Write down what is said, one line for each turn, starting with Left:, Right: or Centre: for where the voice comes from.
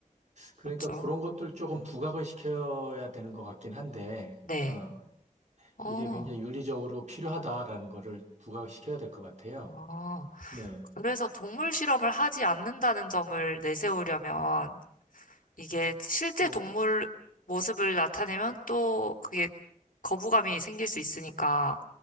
Right: 그러니까
Left: 그렇죠.
Right: 그런 것들 조금 부각을 시켜야 되는 것 같긴 한데,
Left: 네.
Right: 어,
Left: 어,
Right: 이게 굉장히 윤리적으로 필요하다라는 거를 부각시켜야 될 것 같아요.
Left: 어.
Right: 네.
Left: 그래서 동물 실험을 하지 않는다는 점을 내세우려면 이게 실제
Right: 뭐,
Left: 동물 모습을 나타내면 또 그게 거부감이 생길 수 있으니까